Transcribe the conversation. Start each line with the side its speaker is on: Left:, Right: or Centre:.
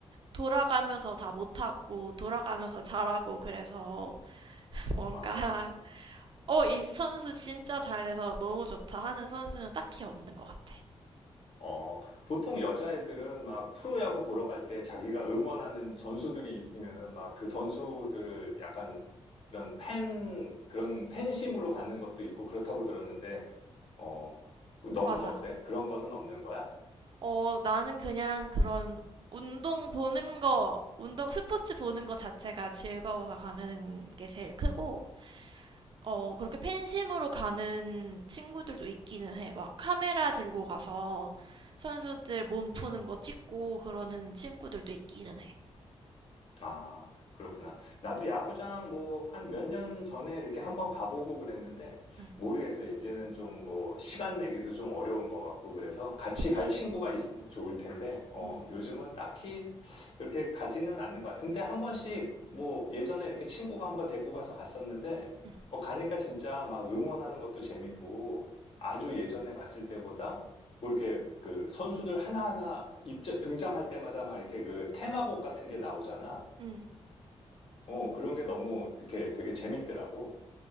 Right: 돌아가면서 다 못하고 돌아가면서 잘하고 그래서 뭔가
Left: 아.
Right: <laughs> 어, 이 선수 진짜 잘해서 너무 좋다 하는 선수는 딱히 없는 것 같아.
Left: 어, 보통 여자애들은 막 프로야구 보러 갈 때 자기가 응원하는 선수들이 있으면은 막 그 선수들을 약간 그런 팬, 그런 팬심으로 가는 것도 있고 그렇다고 들었는데, 어, 너는
Right: 맞아.
Left: 어때? 그런 거는 없는 거야?
Right: 어, 나는 그냥 그런 운동 보는 거, 운동 스포츠 보는 거 자체가 즐거워서 가는 게 제일 크고, 어, 그렇게 팬심으로 가는 친구들도 있기는 해. 막 카메라 들고 가서 선수들 몸 푸는 거 찍고 그러는 친구들도 있기는 해.
Left: 아, 그렇구나. 나도 야구장 뭐 한 몇 년 전에 이렇게 한번 가보고 그랬는데
Right: 응,
Left: 모르겠어요. 이제는 좀 뭐 시간 내기도 좀 어려운 것 같고 그래서 같이
Right: 그치.
Left: 갈 친구가 있으면 좋을 텐데 어,
Right: 응,
Left: 요즘은 딱히 그렇게 가지는 않는 것 같은데 한 번씩 뭐 예전에 이렇게 친구가 한번 데리고 가서 갔었는데
Right: 응,
Left: 어, 가니까 진짜 막 응원하는 것도 재밌고 아주 예전에 갔을 때보다 뭐 이렇게 그 선수들 하나하나 입장 등장할 때마다 막 이렇게 그 테마곡 같은 게 나오잖아.
Right: 응.
Left: 어, 그런 게 너무 이렇게 되게 재밌더라고.